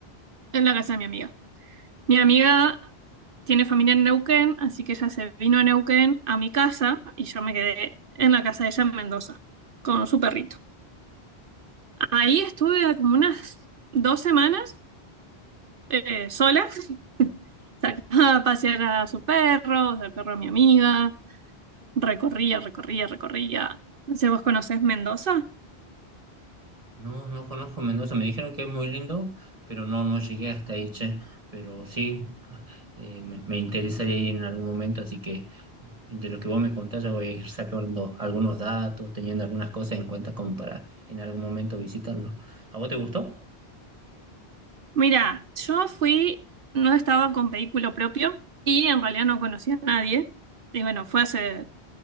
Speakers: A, on the right; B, on the right.
A: en la casa de mi amiga. Mi amiga tiene familia en Neuquén, así que ella se vino a Neuquén a mi casa y yo me quedé en la casa de ella en Mendoza, con su perrito. Ahí estuve como unas dos semanas eh, sola. <laughs> Sacaba a pasear a sus perros, al perro de mi amiga. Recorría, recorría, recorría. No sé, ¿vos conocés Mendoza?
B: No, no conozco Mendoza, me dijeron que es muy lindo, pero no, no llegué hasta ahí, che. Pero sí, eh, me, me interesaría ir en algún momento, así que de lo que vos me contás ya voy a ir sacando algunos datos, teniendo algunas cosas en cuenta como para en algún momento visitarlo. ¿A vos te gustó?
A: Mira, yo fui, no estaba con vehículo propio y en realidad no conocía a nadie. Y bueno, fue hace,